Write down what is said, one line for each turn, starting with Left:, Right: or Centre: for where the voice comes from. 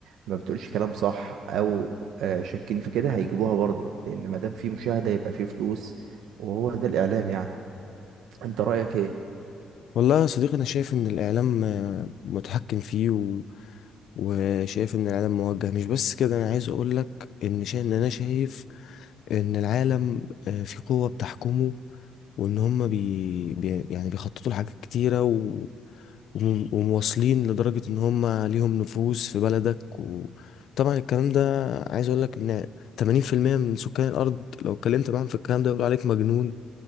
Right: ما بتقولش كلام صح أو آه شاكين في كده هيجيبوها برضه لأن ما دام في مشاهدة يبقى في فلوس وهو ده الإعلام يعني أنت رأيك إيه؟
Left: والله يا صديقي انا شايف ان الاعلام آه، متحكم فيه و... وشايف ان العالم موجه مش بس كده انا عايز اقولك ان شا... ان انا شايف ان العالم آه، في قوة بتحكمه وان هم بي... بي... يعني بيخططوا لحاجات كتيره و... وم- ومواصلين لدرجه ان هم ليهم نفوذ في بلدك وطبعا الكلام ده عايز اقول لك ان 80% من سكان الارض لو اتكلمت معاهم في الكلام ده يقولوا عليك مجنون